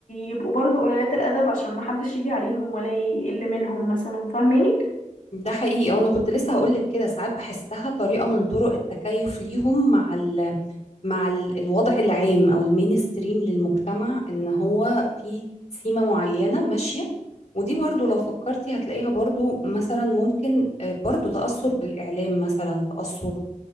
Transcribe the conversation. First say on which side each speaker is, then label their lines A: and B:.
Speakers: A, on the left; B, on the left.
A: يبقوا برضو قليلات الأدب عشان محدش يجي عليهم ولا يقل منهم مثلا فاهماني
B: ده حقيقي وانا كنت لسه هقولك كده ساعات بحسها طريقة من طرق التكيف ليهم مع ال مع ال- الوضع العام او المينستريم للمجتمع ان هو في سيمة معينة ماشية ودي برضو لو فكرتي هتلاقيها برضو مثلا ممكن آه، برضو تأثر بالإعلام مثلا تأثر